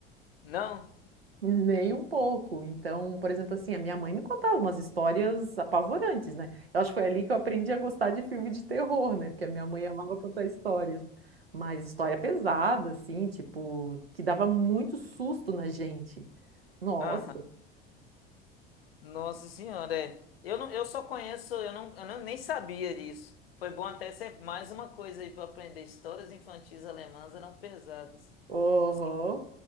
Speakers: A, on the left (about 75°); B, on the right (about 80°).
A: Não?
B: Nem um pouco. Então, por exemplo, assim, a minha mãe me contava umas histórias apavorantes, né? Eu acho que foi ali que eu aprendi a gostar de filme de terror, né? Porque a minha mãe amava contar histórias. Mas história pesada, assim, tipo, que dava muito susto na gente. Nossa,
A: Aham. Nossa Senhora, é. Eu, não, eu só conheço, eu, não, eu não, nem sabia disso. Foi bom até ser mais uma coisa aí para aprender. Histórias infantis alemãs eram pesadas.
B: uhum.
A: Os-